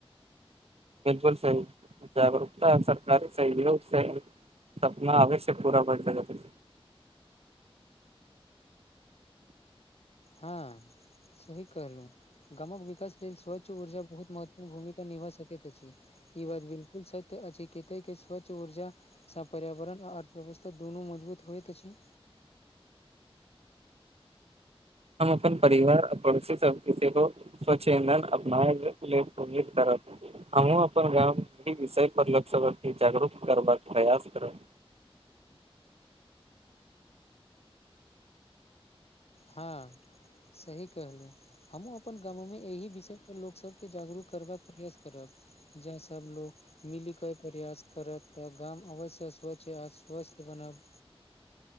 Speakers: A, on the right; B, on the left.
A: बिलकुल सही जागरूकता सरकारी सहयोग स सपना अवश्य पूरा भऽ सकै।
B: हँ, सही कहलहुँ, गामक विकास स्वच्छ ऊर्जा बहुत महत्वपूर्ण भूमिका निभा सकैत अछि ई बात बिल्कुल सछ अछि कतऽक स्वच्छ ऊर्जासँ पर्यावरण आ अर्थव्यवस्था दुनू मजबूत होइत अछि।
A: हम अपन परिवार, आ पड़ोसी सभके सेहो। स्वक्ष इंधन अपनाबे ले प्रेरित करब अहुं अपन गाममे विषय पर लक्ष्य आ जागरूक करबाक प्रयास करब।
B: हँ सही कहलहुँ हमूँ अपन गामोमे एहि विषय पर लोकसभके जागरूक करबाक प्रयास करब जै सभ लोग मिलि कऽ प्रयास करत, त गाम अवश्य स्वच्छ आ स्वस्थ बनत।